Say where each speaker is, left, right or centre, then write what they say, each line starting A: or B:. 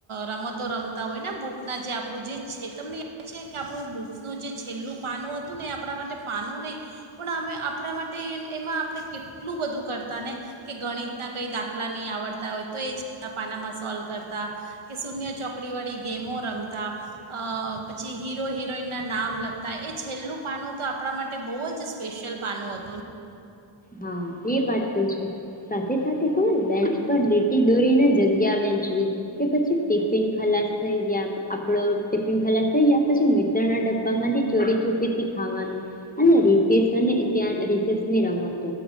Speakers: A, on the right; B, on the left.
A: રમતો રમતા હોય ને બુકના જે આપણું જે છે તમે છે કે આપણું બુક્સનું જે છેલ્લું પાનું હતું ને એ આપણા માટે પાનું નહીં પણ અમે આપણા માટે એ એમાં આપણે કેટલું બધું કરતા ને, કે ગણિતના કંઈ દાખલા નહીં આવડતા હોય તો એ છેલ્ પાનામાં સોલ્વ કરતા કે શૂન્ય ચોકડીવાળી ગેમો રમતા. અ પછી હીરો હિરોઈનના નામ લખતા એ છેલ્લું પાનું તો આપણા માટે બહુ જ સ્પેશિયલ પાનું હતું.
B: હા એ વાત તો છે સાથે સાથે ખબર બેન્ચ પર લીટી દોરીને જગ્યા વેચવી, કે પછી ટિફિન ખલાસ થઈ ગયા. આપડો ટિફિન ખાલાસ થઈ ગયા, પછી મિત્ર ના ડબ્બામાંથી ચોરી ચૂપી થી ખાવાનું અને રિસે સ ત્યા રસેની રમત